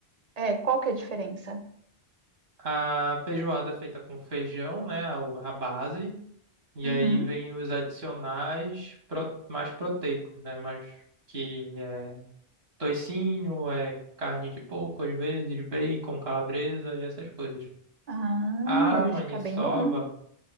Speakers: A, on the right; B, on the right.
A: É, qual que é a diferença?
B: A feijoada é feita com feijão, né? A, a base. E
A: Uhum.
B: aí vem os adicionais pro- mais proteicos, né? Mais que é toicinho, é carne de porco, às vezes, bacon, calabresa e essas coisas.
A: Ah,
B: A
A: deve
B: maniçoba,
A: ficar bem bom.